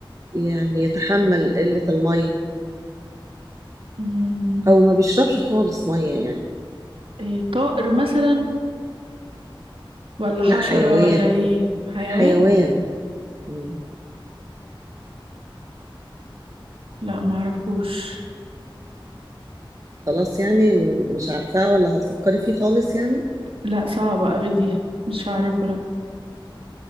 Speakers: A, on the right; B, on the right.
A: يعني يتحمل قلة المية
B: مم،
A: أو ما بيشربش خالص مية يعني
B: إيه طائر مثلا ولا حشرة
A: لا حيوان
B: ولا ايه حيوان
A: حيوان مم.
B: لا معرفوش
A: خلاص يعني م- مش عارفاه ولا هتفكري فيه خالص يعني
B: لا صعبة اوي دي مش هعرفه لا